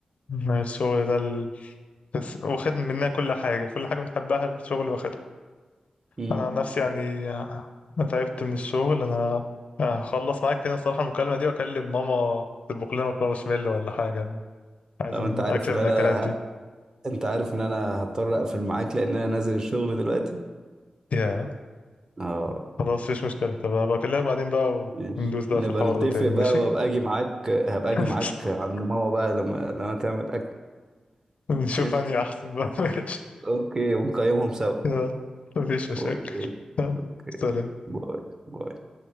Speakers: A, on the left; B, on the right.
A: ن- الشغل ده ال... بس واخد مننا كل حاجة كل حاجة بنحبها الشغل واخد
B: مم.
A: انا عن نفسي يعني آه، انا تعبت من الشغل انا آه، هخلص معاك كده الصراحه المكالمه دي واكلم ماما تطبخ لنا مكرونه بشاميل ولا حاجه عايزين
B: لو انت عارف
A: اكله
B: ان
A: من
B: انا
A: الاكلات دي
B: ه... انت عارف ان انا هضطر اقفل معاك لان انا نازل الشغل دلوقتي
A: يا
B: اه
A: خلاص مفيش مشكله طب هبقى اكلمك بعدين بقى
B: ماشي
A: وندوس بقى
B: نبقى
A: في الحوار
B: نتفق
A: ده تاني
B: بقى
A: ماشي
B: وابقى اجي معاك هبقى
A: <laughs>
B: اجي معاك عند ماما بقى لما لما تعمل اكل
A: نشوف
B: ماشي
A: اني احسن بقى <laughs> ماشي
B: اوكي ونقيمهم سوا
A: يا مفيش مشاكل
B: اوكي
A: يلا
B: اوكي
A: سلام
B: باي باي